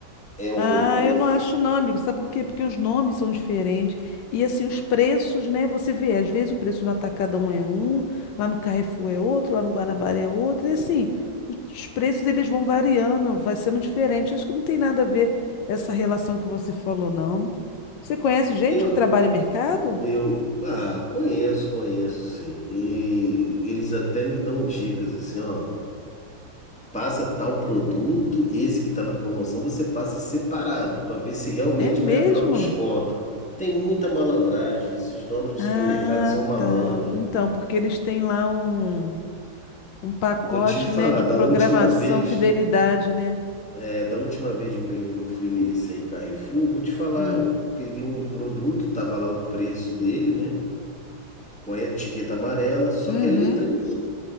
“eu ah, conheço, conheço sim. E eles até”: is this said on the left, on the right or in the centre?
Centre